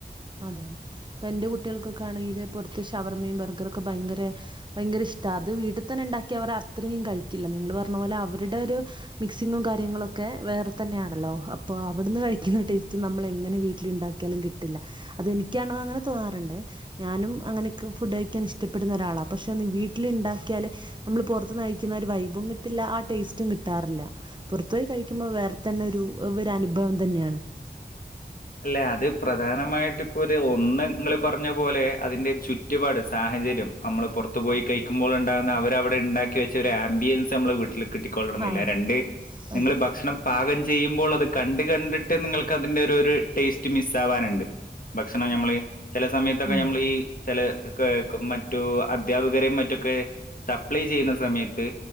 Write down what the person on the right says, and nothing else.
അതെയതെ പ്പ എന്റെ കുട്ടികൾക്കൊക്കെ ആണെങ്കില് പോറത്ത് ഷവർമ്മയും ബർഗറൊക്കെ ഭയങ്കര ഭയങ്കര ഇഷ്ടാ അത് വീട്ടിൽ തന്നെ ഇണ്ടാക്കി അവർ അത്രയും കഴിക്കില്ല നിങ്ങള് പറഞ്ഞ പോലെ അവരുടെ ഒരു മിക്സിങ്ങും കാര്യങ്ങളോക്കെ വേറെ തന്നെയാണല്ലോ അപ്പൊ അവിടുന്ന് കഴിക്കുന്ന ടേസ്റ്റ് നമ്മള് എങ്ങനെ വീട്ടില് ഇണ്ടാക്കിയാലും കിട്ടില്ല അതെനിക്കാണോ അങ്ങനെ തോന്നാറ്ണ്ട് ഞാനും അങ്ങനെക്കെ ഫുഡ് കഴിക്കാൻ ഇഷ്ടപ്പെടുന്ന ഒരാളാ പക്ഷെ വീട്ടില് ഇണ്ടാക്കിയാല് നമ്മള് പോറത്ത്ന്ന് കഴിക്കുന്ന ഒരു വൈബും കിട്ടില്ല ആ ടേസ്റ്റും കിട്ടാറില്ല പുറത്തു പോയി കഴിക്കുമ്പോൾ വേറെ തന്നെ ഒരു ഒരു അനുഭവം തന്നെയാണ്
ആ
അതെ
ഉം